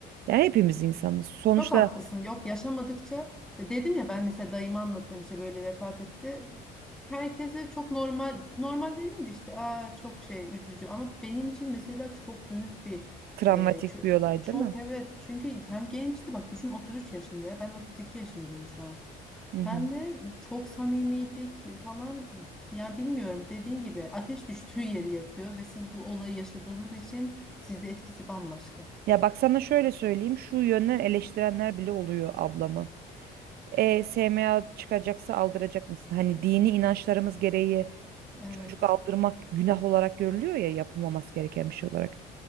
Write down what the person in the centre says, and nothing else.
Çok haklısın. Yok yaşamadıkça dedim ya ben mesela dayımı anlatıyorum işte böyle vefat etti. Herkese çok normal normal demeyeyim de işte aa çok şey üzücü ama benim için mesela çok büyük bir
e, çö-
çok
evet çünkü hem gençti bak düşün 33 yaşında ya ben 32 yaşındayım şu an.
Hem
de çok samimiydik falan yani bilmiyorum dediğin gibi ateş düştüğü yeri yakıyor ve siz bu olayı yaşadığınız için sizde etkisi bambaşka.
Evet.